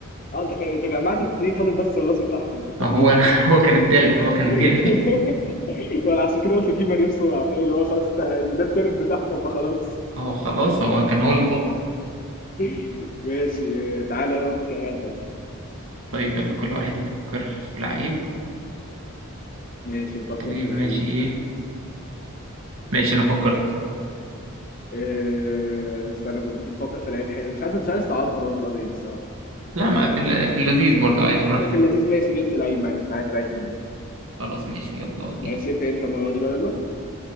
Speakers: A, on the left; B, on the right.
A: اه انت كا- انت جمعت اتنين فاضل بس الراس بتاعهم كنت
B: اه
A: هتجيبه
B: هو انا
A: خلاص
B: <laughs> هو كان التالت
A: <laughs>
B: هو كان الجاي
A: ولا عشان كده قلت اجيب ماني بسرعه فاهم اللي هو خلاص تا- يعني ده التالت بتاعهم فخلاص
B: <laughs> اه خلاص هو كان هو اللي فاضل
A: <laughs> ماشي آه، تعالى لو انت كمان طيب
B: طيب يلا كل واحد يفكر في لعيب
A: ماشي نفكر
B: طيب
A: في لعيب
B: ماشي ايه ماشي انا فكرت
A: آه، استنى ممكن تفكر في لعيب حلو مش عايز مش عايز صعبها برضه قوي يعني الصراحه
B: لا ما في الل- في اللذيذ برضه عادي براحتك
A: ما في اللذيذ ماشي جبت لعيب معلش معايا في لعيب في النادي
B: خلاص ماشي يلا بينا
A: ماشي ابدا انت المره دي بقى يلا